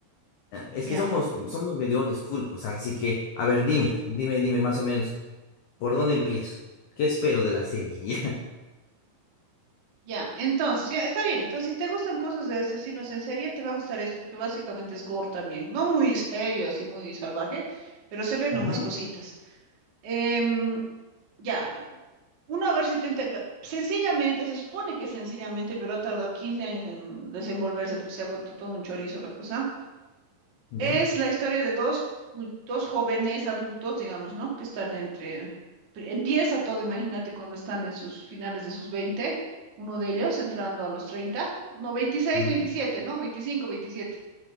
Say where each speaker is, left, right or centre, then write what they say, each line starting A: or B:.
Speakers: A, on the left; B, on the right.
A: Eh, Es
B: Ya.
A: que somos, somos medio old school, pues, así que, a ver, dime, dime, dime, más o menos, ¿por dónde empiezo? ¿Qué espero de la serie?
B: Ya, entonces, ya, está bien. Entonces, si te gustan cosas de asesinos en serie, te va a gustar esto, porque básicamente es gore también. No muy serio, así muy salvaje, pero se ven nomás
A: <laughs>
B: cositas. Em, ya, la- uno a ver si te... enter- la- Sencillamente, se supone que sencillamente, pero ha tardado 15 años en desenvolverse porque se ha vuelto todo un chorizo la cosa.
A: Ya,
B: Es la historia de dos, mu- dos jóvenes adultos, digamos, ¿no? Que están entre... pri- Empieza todo, imagínate, cuando están en sus finales de sus 20, uno de ellos entrando a los 30, no, veintiséis,
A: ujú,
B: veintisiete, ¿no? veinticinco, veintisiete.